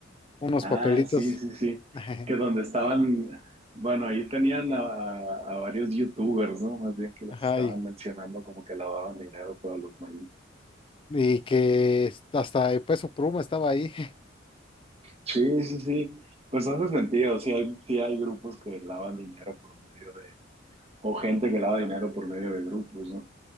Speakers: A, on the left; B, on the right.
A: unos
B: Ah,
A: papelitos.
B: sí, sí, sí.
A: <laughs>
B: Que donde estaban, bueno, ahí tenían a, a- a varios youtubers, ¿no? Más bien que los
A: Ajá,
B: estaban mencionando como que lavaban dinero para los mayitos.
A: Y que hasta el Peso Pluma estaba ahí.
B: Sí, sí, sí. Pues hace sentido. Sí hay, sí hay grupos que lavan dinero por medio de, o gente que lava dinero por medio de grupos, ¿no?